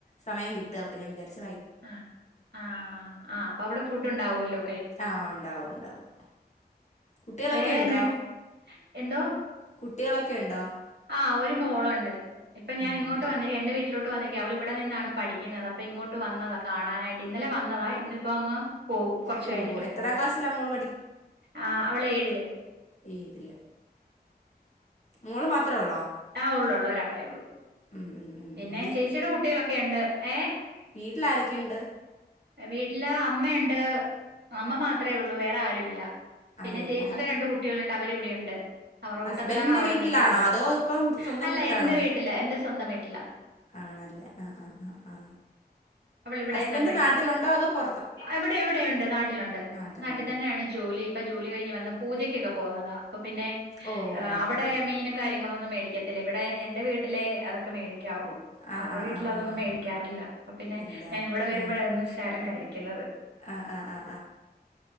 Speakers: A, on the left (about 45°); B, on the right (about 85°).
A: സമയം കിട്ടുക അപ്പൊഞൻ വിചാരിച്ചു-
B: ആ ആ ആ് അപ്പൊ അവിടെ ഫുഡ് ഉണ്ടാവല്ലോ.
A: ആഹ് ഉണ്ടാവും ഉണ്ടാവും. കുട്ടികളൊക്കെ
B: വേറെ
A: ഉണ്ടോ
B: എന്താ എന്തോ?
A: കുട്ടികളൊക്കെ ഉണ്ടോ?
B: ആഹ് ഒരു മോളുണ്ട് ഇപ്പ ഞാൻ
A: മോളുണ്ട്
B: ഇങ്ങോട്ട് വന്നിരിക്ക എന്റെ വീട്ടിലോട്ട് വന്നിരിക്ക. അവള ഇവിടെ നിന്നാണ് പഠിക്കുന്നത് അപ്പൊ ഇങ്ങോട്ട് വന്നതാണ് കാണാനായിട്ട് ഇന്നലെ വന്ന- താ ഇന്നിപ്പോ അങ് പോകും കുറച്ച്
A: പോകുമോ
B: കഴിഞ്ഞിട്ട്
A: എത്രാം
B: പോകും
A: ക്ലാസ്സിലാണ് മോള്
B: ആ അവള ഏഴില്.
A: ഇതിൽ മോള് മാത്രേ ഉള്ളോ?
B: ആ ഉള്ളൊള്ളു ഒരാളെ ഉള്ളൂ
A: ഉം ഉം ഉം
B: പിന്നെ
A: ഉം.
B: ചേച്ചിയുടെ കുട്ടികളൊക്കെ ഉണ്ട് ഏ
A: വീട്ടിൽ ആരൊക്കെയുണ്ട്?
B: വീട്ടില് അമ്മയുണ്ട് അമ്മ മാത്രമേ ഉള്ളു വേറെ ആരും ഇല്ല. പിന്നെ
A: ആരുമില്ല
B: ചേച്ചിടെ രണ്ട് കുട്ടികളുണ്ട് അവരിവിടെയുണ്ട്. അവരുടെ
A: ഹസ്ബൻഡിന്റെ
B: കൂട്ടത്തിലാണ് അവള്
A: വീട്ടിലാണോ
B: നിക്കുന്നത്
A: അതോ ഇപ്പം സ്വന്തം
B: അല്ല
A: വീട്ടിലാണോ
B: എന്റെ
A: നീ
B: വീട്ടില് എൻ്റെ സ്വന്തം വീട്ടില.
A: ആണല്ലേ ആഹ് ആഹ് ആഹ് ആ
B: അവളിവിടെ
A: ഹസ്ബൻഡ്
B: നിന്ന
A: നാട്ടിലുണ്ടോ അതോ പൊറ
B: ഇവിടെ ഇവിടെയുണ്ട് നാട്ടിലുണ്ട്
A: നാട്ടിലുണ്ട്
B: നാട്ടിൽ തന്നെയാണ് ജോലി ഇപ്പൊ ജോലി കഴിഞ്ഞ് വന്നു. പൂജക്കൊക്കെ പോകുന്നത അപ്പൊ പിന്നെ
A: ഓ ഓക്കെ
B: അവിടെ
A: ഓക്കെ
B: മീനും കാര്യങ്ങളും ഒന്നും മേടിക്കത്തില്ല ഇവി ടെ എന്റെ വീട്ടിലെ അതൊക്കെ മേടി
A: ആ
B: അവർടെ
A: ആ
B: വീട്ടിൽ
A: ആ
B: അതൊന്നും
A: ആ ആ
B: മേടിക്കാറില്ല അപ്പ പിന്നെ
A: ഇല്ല
B: ഞാനിവിടെ വരു
A: ആ
B: മ്പോഴാണ് ശകലം കഴിക്കുന്നത്
A: ആ ആ ആ